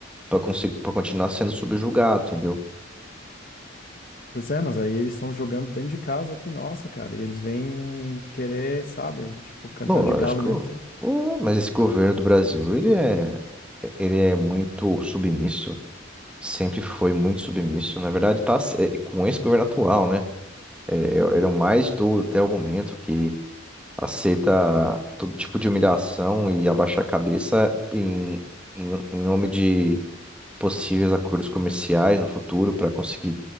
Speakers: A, in the centre; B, on the left (about 45°).
A: pra, conseguir, pra continuar sendo subjugado, entendeu?
B: Pois é, mas aí eles estão jogando dentro de casa aqui, nossa, cara, e eles vêm querer, sabe, tipo, cantar
A: Lógico,
B: de galo dentro.
A: Ué, mas esse governo do Brasil, ele é, ele é muito submisso, sempre foi muito submisso. Na verdade, tá, se- é, com esse governo atual, né? É, é- eram mais 12 até o momento que aceita todo tipo de humilhação e abaixa a cabeça em, em, em nome de possíveis acordos comerciais no futuro para conseguir